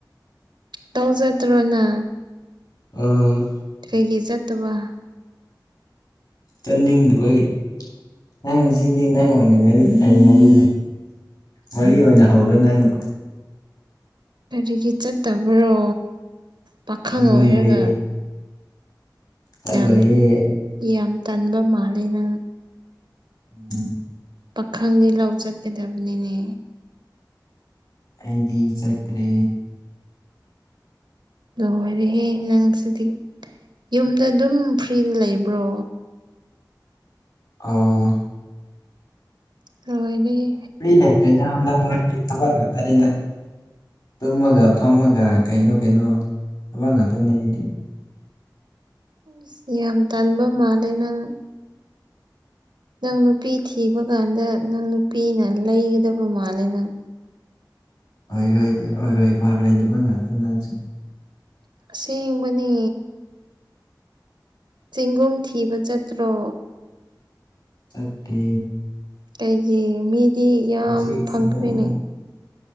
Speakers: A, on the right (about 80°); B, on the left (about 65°).
A: ꯇꯧꯖꯗ꯭ꯔꯣꯅ
B: ꯎꯝ
A: ꯀꯩꯒꯤ ꯆꯠꯇꯕ
B: ꯆꯠꯅꯤꯡꯗꯕꯒꯤ ꯅꯪꯁꯤ ꯅꯪ ꯑꯣꯏꯅ ꯉꯔꯤ ꯑꯩ ꯉꯥꯔꯤ ꯋꯥꯔꯤ ꯑꯣꯏꯅ ꯍꯧꯔꯣ ꯅꯪꯅ
A: ꯀꯔꯤꯒꯤ ꯆꯠꯇꯕ꯭ꯔꯣ ꯄꯥꯈꯪ
B: ꯆꯠꯅꯤꯡꯗ꯭ꯔꯦ
A: ꯑꯣꯏꯔꯒ
B: ꯆꯜꯂꯣꯏꯌꯦ
A: ꯌꯥꯝ ꯌꯥꯝ ꯇꯟꯕ ꯃꯥꯜꯂꯤ ꯅꯪ
B: <unintelligible>
A: ꯄꯥꯈꯪꯗꯤ ꯂꯧ ꯆꯠꯀꯗꯕꯅꯤꯅꯦ
B: ꯑꯩꯗꯤ ꯆꯠꯇ꯭ꯔꯦ
A: ꯂꯣꯏꯔꯦꯍꯦ ꯅꯪꯁꯤꯗꯤ ꯌꯨꯝꯗ ꯑꯗꯨꯝ ꯐ꯭ꯔꯤꯗ ꯂꯩꯕ꯭ꯔꯣ
B: ꯑꯥ
A: ꯂꯣꯏꯔꯦꯍꯦ
B: ꯐ꯭ꯔꯤ ꯂꯩꯇ꯭ꯔꯦꯗ ꯍꯟꯗꯛ ꯃꯔꯛꯇꯤ ꯊꯕꯛ ꯉꯥꯛꯇꯅꯤꯗ ꯇꯨꯝꯃꯒ ꯐꯝꯃꯒ ꯀꯩꯅꯣ ꯀꯩꯅꯣ ꯊꯕꯛ ꯉꯥꯛꯇꯅꯦ ꯑꯩꯗꯤ
A: ꯏꯁ ꯌꯥꯝ ꯇꯟꯕ ꯃꯥꯜꯂꯦ ꯅꯪ ꯅꯪ ꯅꯨꯄꯤ ꯊꯤꯕ ꯀꯥꯟꯗ ꯅꯪ ꯅꯨꯄꯤꯅ ꯂꯩꯒꯗꯕ ꯃꯥꯜꯂꯦ ꯅꯪ
B: ꯑꯣꯏꯔꯣꯏ ꯑꯣꯏꯔꯣꯏ ꯄꯥꯔꯣꯏꯗꯕ ꯉꯥꯛꯇ ꯅꯪꯁꯨ
A: ꯑꯁꯦꯡꯕꯅꯦ ꯆꯤꯡꯒꯨꯝ ꯊꯤꯕ ꯆꯠꯇ꯭ꯔꯣ
B: ꯆꯠꯇꯦ
A: ꯀꯩꯒꯤ ꯃꯤꯗꯤ ꯌꯥꯝ
B: ꯍꯧꯖꯤꯛ
A: ꯐꯪꯈ꯭ꯔꯦꯅꯦ
B: ꯆꯤꯡꯒꯣꯡ